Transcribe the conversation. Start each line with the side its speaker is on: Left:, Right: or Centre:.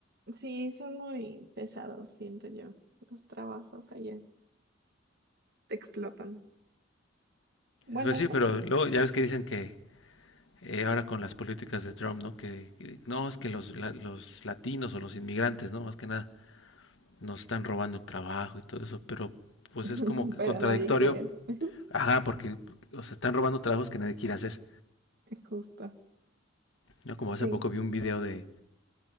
Right: sí, son muy pesados, siento yo, los trabajos allá, te explotan. Bueno,
Left: Pues
Right: algunos.
Left: sí, pero luego ya ves que dicen que eh, ahora con las políticas de Trump, ¿no? Que, que no, es que los, la- los latinos o los inmigrantes, ¿no? Más que nada, nos están robando el trabajo y todo eso, pero pues
Right: <laughs>
Left: es como que
Right: pero
Left: contradictorio.
Right: nadie quiere, <laughs>
Left: Ajá, porque, o sea, están robando trabajos que nadie quiere hacer.
Right: justo,
Left: ¿no? Como hace
Right: sí.
Left: poco vi un video de,